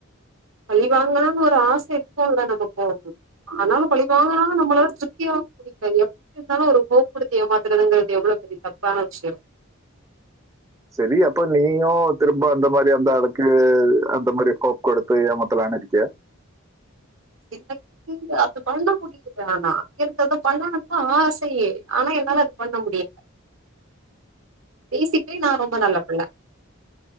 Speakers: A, on the right; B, on the right.
A: பழி வாங்கலானு ஒரு ஆச இருக்குல்ல நம்மக்கு ஆனாலு பழி வாங்கலானு நம்மள சுத்திவ இப்ப எப்டி இருந்தாலு ஒரு ஹோப் குடுத்து ஏமாத்துறதுங்கிறது எவ்ளோ பெரிய தப்பான விஷ்ய
B: சேரி அப்ப நீயு திரும்ப அந்த மாரி அந்த ஆளுக்கு அந்த மாரி ஹோப் குடுத்து ஏமாத்தலானு இருக்கியா
A: எனக்கு அத்த பண்ண முடிய ஆனா எனக்கு அத பண்ணனுன்தா ஆசையே ஆனா என்னால அத பண்ண முடிய பேசிக்கலி நா ரொம்ப நல்ல புள்ள